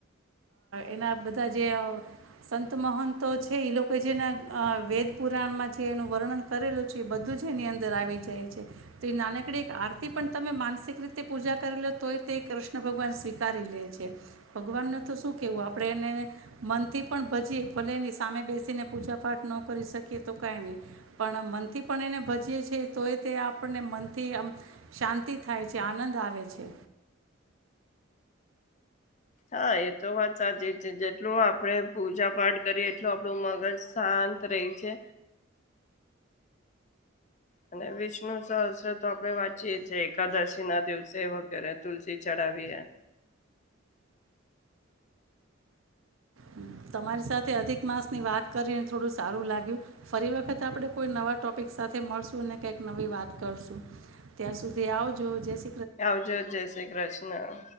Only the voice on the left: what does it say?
હા એ તો વાત સાચી છે જેટલું આપણે. પૂજા પાઠ કરીએ એટલું આપણું મગજ શાંત રહી છે. અને વિષ્ણુ સહસ્ત્ર તો આપડણે વાંચીયે છીએ, એકાદશીના દિવસે વગેરે તુલસી ચડાવીએ.
આવજો જય શ્રી કૃષ્ણ.